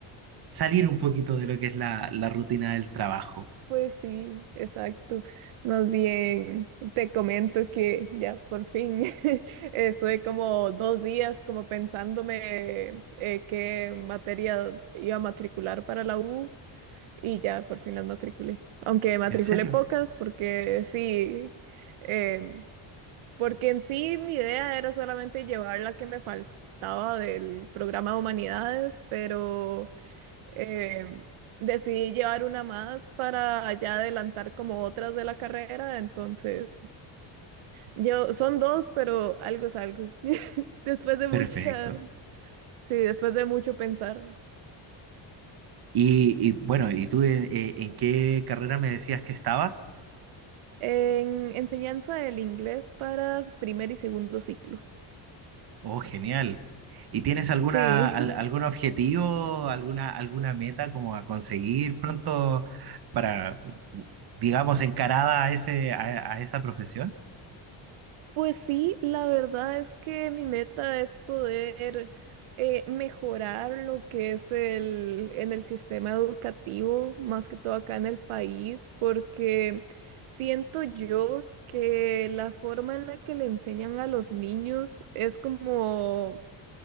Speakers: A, on the right (about 50°); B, on the right (about 80°).
A: salir un poquito de lo que es la, la rutina del trabajo.
B: pues sí, exacto. Más bien, te comento que ya por fin <laughs> estoy como dos días como pensándome eh, qué materia iba a matricular para la U y ya por fin las matriculé. Aunque matriculé
A: ¿En serio?
B: pocas porque sí. em, Porque en sí mi idea era solamente llevar la que me faltaba del programa de humanidades, pero eh, decidí llevar una más para ya adelantar como otras de la carrera. Entonces, yo son dos, pero algo es algo. <laughs> Después de
A: Perfecto.
B: mucha, sí, después de mucho pensar.
A: Y, y bueno, ¿y tú en, eh, en qué carrera me decías que estabas?
B: En enseñanza del inglés para primer y segundo ciclo.
A: Oh, genial. ¿Y tienes alguna,
B: Sí.
A: al- algún objetivo, alguna, alguna meta como a conseguir pronto para, digamos, encarada a ese, a, a esa profesión?
B: Pues sí, la verdad es que mi meta es poder eh, mejorar lo que es el, en el sistema educativo, más que todo acá en el país, porque siento yo que la forma en la que le enseñan a los niños es como